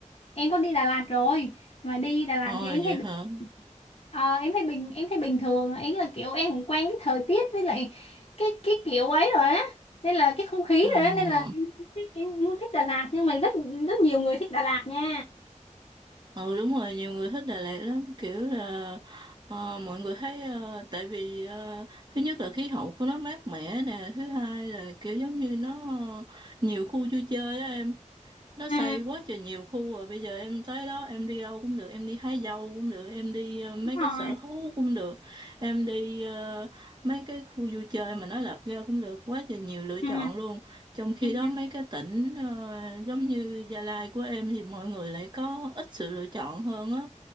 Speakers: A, on the left; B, on the right.
A: em có đi Đà Lạt rồi mà đi Đà Lạt
B: Ờ
A: thì em
B: vậy
A: thấy bình-
B: hả?
A: ờ, em thấy bình em thấy bình thường ấy là kiểu em cũng quen cái thời tiết với lại cái cái kiểu ấy rồi á nên là cái không khí
B: Ờ.
A: rồi á nên là em, em cũng thích Đà Lạt nhưng mà rất rất nhiều người thích Đà Lạt nha
B: Ừ đúng rồi, nhiều người thích Đà Lạt lắm, kiểu là ờ, mọi người thấy ờ, tại vì ờ, thứ nhất là khí hậu của nó mát mẻ nè, thứ hai là kiểu giống như nó ờ, nhiều khu vui chơi á em. nó xây
A: ừ
B: quá trời nhiều khu rồi bây giờ em tới đó em đi đâu cũng được em đi hái dâu cũng được em đi ờ, mấy
A: đúng rồi
B: cái sở thú cũng được em đi ờ, mấy cái khu vui chơi mà nó lập ra cũng được quá trời nhiều lựa chọn
A: ừ,
B: luôn trong khi
A: ừ
B: đó mấy cái tỉnh ờ, giống như Gia Lai của em thì mọi người lại có ít sự lựa chọn hơn á